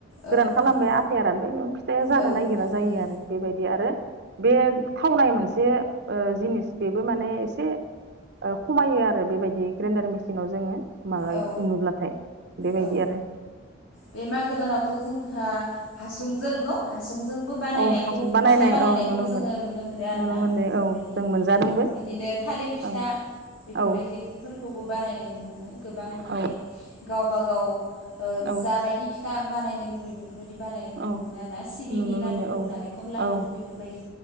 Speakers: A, on the left (about 80°); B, on the right (about 60°).
A: औ
B: गोरान
A: नोंथां
B: खालामबाय आथाया रानबाय बेयावनो फिथाया जानो
A: औ
B: नागिरा
A: बेफोरबायदि
B: जायो आरो बेबायदि आरो बे थावनाय मोनसे ओ जिनिस बेबो माने एसे ओ खमायो आरो बेबायदि ग्रेन्डार मेसिनाव जोङो माबा
A: औ
B: उनोब्लाथाय बेबायदि
A: औ
B: आरो
A: बे मागो दानावथ' जोंहा हासुंजों न' हासु जोंबो बानायनायखौ
B: औ हासब बानायनाय
A: फिथा बानायनायखौ
B: औ नुनो
A: जोङो
B: मोन
A: नुनो मोनो आरोना
B: नुनो मोनदों
A: बेफोरबायदि
B: औ जों मोनजादोंबो
A: बिदि बिदिनो थालिर फिथा
B: ओं
A: बेफोरबायदिफोरखौबो
B: औ
A: बानायनाय नुनो मोनो गोबां माने
B: औ
A: गावबा गाव ओ
B: औ
A: जा बायदि फिथा बानायनो लुबै बेफोरबायदि बानायनायखौ नुनो
B: औ
A: मोनो आरोना सिबिंनि
B: नुनो मोनो
A: लादु
B: औ
A: नालेंखर लादु
B: औ
A: बेफोरबायदि